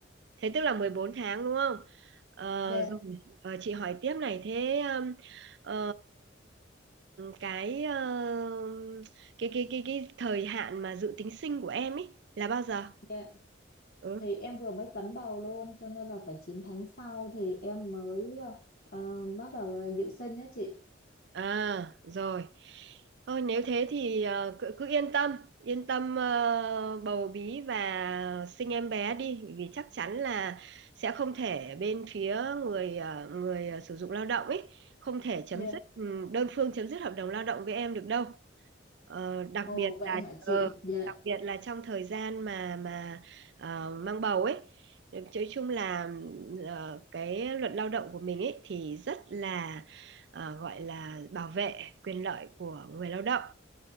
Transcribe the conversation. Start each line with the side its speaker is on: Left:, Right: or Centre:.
Right: Thế tức là 14 tháng đúng không? Ờ,
Left: dạ,
Right: rồi. Ờ, chị hỏi tiếp này thế um, ờ, cái ờ, cái cái cái cái thời hạn mà dự tính sinh của em ấy là bao giờ?
Left: dạ.
Right: Ừ.
Left: thì em vừa mới cấn bầu luôn cho nên là phải 9 tháng sau thì em mới ờ, ờ, bắt đầu ờ, dự sinh nhé chị
Right: À, rồi. Thôi nếu thế thì ờ, cứ, cứ yên tâm, yên tâm ờ, bầu bí và sinh em bé đi, bởi vì chắc chắn là sẽ không thể bên phía người ờ, người ờ, sử dụng lao động ấy không thể chấm
Left: dạ
Right: dứt ừ, đơn phương chấm dứt hợp đồng lao động với em được đâu. Ờ, đặc
Left: ồ
Right: biệt
Left: vậy
Right: là
Left: hả
Right: ờ,
Left: chị dạ
Right: đặc biệt là trong thời gian mà mà ờ, mang bầu ấy. Nói chung là ừ, ờ, cái luật lao động của mình ấy thì rất là ờ, gọi là bảo vệ quyền lợi của người lao động